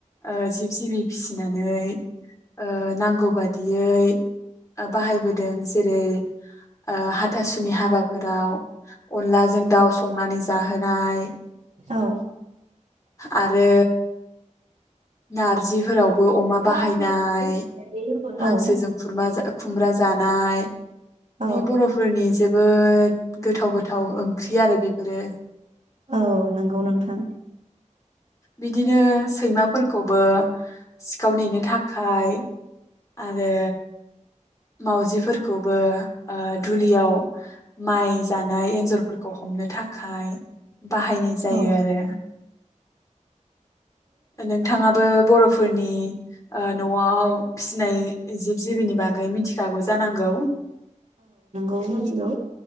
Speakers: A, on the left; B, on the right.
A: ओ जिब जिबि फिसिनानै ओ नांगौ बादियै बाहायबोदों जेरै ओ हाथासुनि हाबाफोराव अनलाजों दाउ संनानै जाहोनाय
B: औ
A: आरो नारजिफोरावबो अमा बाहायनाय।
B: औ
A: हांसोजों खुरमा जा खुमब्रा जानाय
B: औ
A: बेै बर'फोरनि जोबोद गोथाव गोथाव ओंख्रि आरो बेफोरो।
B: औ नंगौ नोंथां
A: बिदिनो सैमाफोरखौबो सिखाव नेनो थाखाय आरो माउजिफोरखौबो ओ दुलियाव माइ जानाय एन्जरफोरखौ हमनो थाखाय। बाहायनाय जायो
B: औ
A: आरो। नोंथाङाबो बर'फोर फोरनि ओ नआव फिसिनाय जिब जिबिनि बागै मिथि खागौ जानांगौ।
B: औ मोनथिगौ।